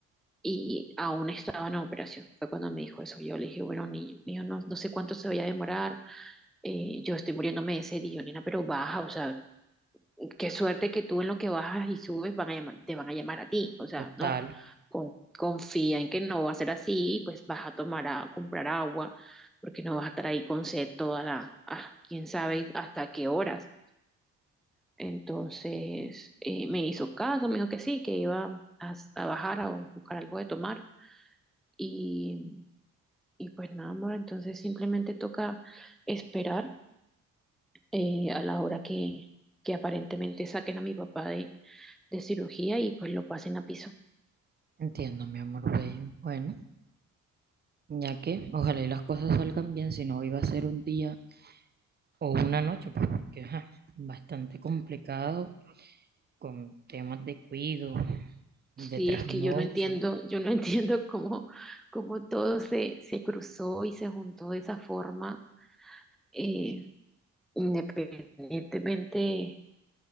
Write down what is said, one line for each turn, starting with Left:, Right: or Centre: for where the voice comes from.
Centre: y aún estaba en operación. Fue cuando me dijo eso. Yo le dije, bueno, niño, no, no sé cuánto se vaya a demorar. eh, yo estoy muriéndome de sed, y yo, nena, pero baja, o sea, qué suerte que tú en lo que bajas y subes van a llamar, te van a llamar a ti. O sea,
Right: Total.
Centre: no, con- confía en que no va a ser así y pues vas a tomar a comprar agua porque no vas a estar ahí con sed toda la, ah, quién sabe hasta qué horas. Entonces eh, me hizo caso, me dijo que sí, que iba a, a bajar a buscar algo de tomar. Y, y pues nada, amor, entonces simplemente toca esperar eh, a la hora que, que aparentemente saquen a mi papá de, de cirugía y pues lo pasen a piso.
Right: Entiendo, mi amor bello. Bueno. ya que ojalá y las cosas salgan bien, si no iba a ser un día o una noche, pues porque ajá, bastante complicado con temas de cuido, de
Centre: Sí,
Right: trasnocho.
Centre: es que yo no entiendo, yo no <laughs> entiendo cómo, cómo todo se, se cruzó y se juntó de esa forma, eh, independientemente,